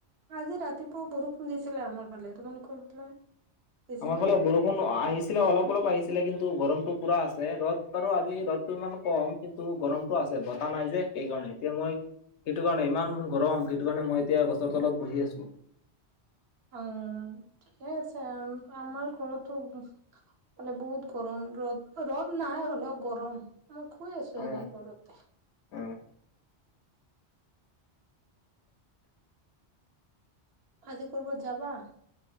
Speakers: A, on the right (about 65°); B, on the left (about 80°).
A: আজি ৰাতিপুৱা বৰষুণ দিছিলে আমাৰ ফালে তোমাৰলোকৰ ফালে দিছিলে
B: আমাৰ ফালে
A: নে
B: বৰষুণ আহিছিলে অলপ অলপ আহিছিলে কিন্তু গৰমতো পুৰা আছে ৰ'দ বাৰু আজি ৰদ টো ইমান কম কিন্তু গৰমটো আছে বতাহ নাই যে সেইকাৰণে এতিয়া মই সেইটো কাৰণে ইমান গৰম সেইটো কাৰণে মই এতিয়া গছৰ তলত বহি আছো
A: উম ঠিকে আছে আৰু আমাৰ ঘৰতো মানে বহুত গৰম ৰ'দ ৰ'দ নাই হ'লেও গৰম মই শুই আছো
B: অ
A: এনেই ঘৰতে
B: অ
A: আজি কৰবাত যাবা